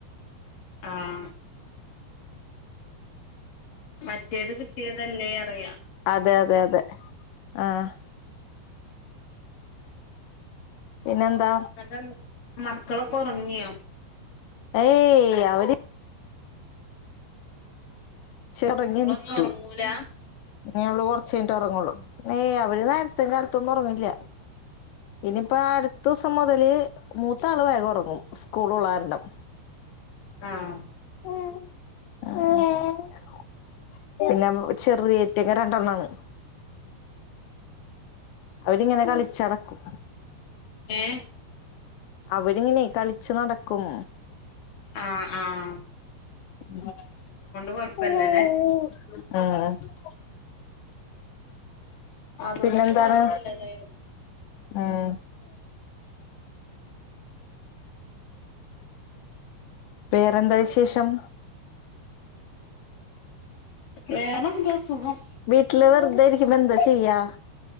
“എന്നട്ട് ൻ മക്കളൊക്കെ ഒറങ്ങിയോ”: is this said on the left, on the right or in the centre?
Left